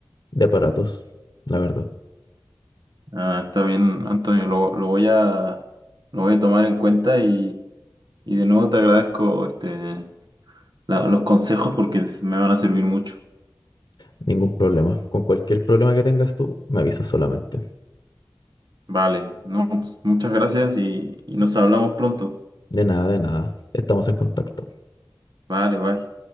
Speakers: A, on the left (about 65°); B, on the right (about 60°).
A: de aparatos, la verdad.
B: Ah, está bien, Antonio, lo, lo voy a, lo voy a tomar en cuenta y, y de nuevo te agradezco este, la- los consejos porque s- me van a servir mucho.
A: Ningún problema. Con cualquier problema que tengas tú, me avisas solamente.
B: Vale, no, pues, muchas gracias y, y nos hablamos pronto.
A: De nada, de nada. Estamos en contacto.
B: Vale, bye.